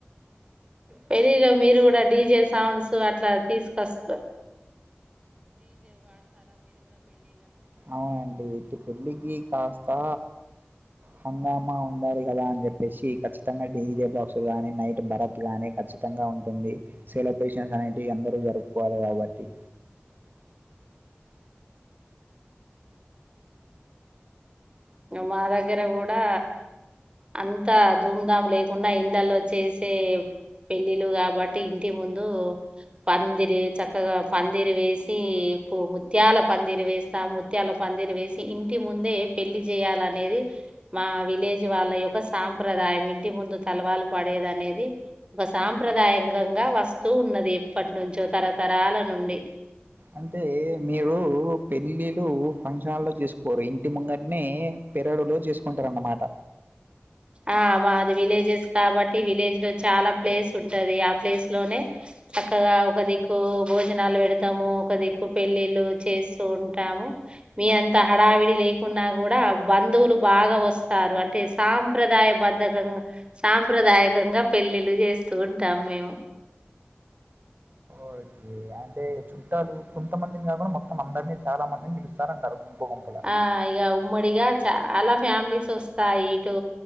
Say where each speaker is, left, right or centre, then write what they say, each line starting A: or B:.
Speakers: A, on the right; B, on the right.
A: పెళ్ళిలో మీరు కూడా డీజే సౌండ్స్ అట్లా తీసుకొస్తారు
B: అవునండి ఇటు పెళ్ళికి కాస్తా హంగామా ఉండాలి కదా అని చెప్పేసి ఖచ్చితంగా డీజే బాక్స్ గాని నైట్ భరత్ గాని కచ్ అందంగా ఉంటుంది సెలబ్రేషన్స్ అనేవి అందరు జరుపుకోవాలి కాబట్టి
A: మా దగ్గర కూడా అంతా ధూంధాం లేకుండా ఇండ్లలో చేసే పెళ్లిళ్లు కాబట్టి ఇంటి ముందు పందిరి చక్కగా పందిరి వేసి ప ముత్యాల పందిరి వేస్తాం ముత్యాల ప పందిరు వేసి ఇంటి ముందే పెళ్లి చేయాల అనేది మా విలేజ్ వాళ్ళ యొక్క సాంప్రదాయం ఇంటి ముందు తలవాలు పడే అనేది ఒక సాంప్రదాయంగా వస్తు ఉన్నది ఎప్పటి నుంచో తరతరాల నుండి
B: అంటే మీరు పెళ్లిళ్లు ఫంక్షన్ హాల్లో చేసుకోరు ఇంటి ముంగటినే పెరడులో చేసుకుంటారన్నమాట
A: ఆహ్ మాది విలేజెస్ కాబట్టి విలేజ్ లో చాలా ప్లేస్ ఉంటది ఆ ప్లేస్ లోనే. చక్కగా ఒక దిక్కు భోజనాలు పెడతాము. ఒక దిక్కు పెళ్లిళ్లు చేస్తూ ఉంటాము. మీ అంత హడావిడి లేకున్నా కూడా బంధువులు బాగా వస్తారు అంటే సాం. సాంప్రదాయ బద్ధకంగా సాంప్రదాయకంగా పెళ్లిళ్లు చేస్తూ ఉంటాం మేము.
B: ఓకే. అంటే చుట్టాలు కొంతమందిని కాకుండా మొత్తం అందరినీ చాలా మందిని పిలుస్తారంటారు. గుంపు గుంపుల.
A: ఆహ్ ఇగ ఉమ్మడిగా చాలా ఫ్యామిలీస్ వస్. ఇంక ఇటు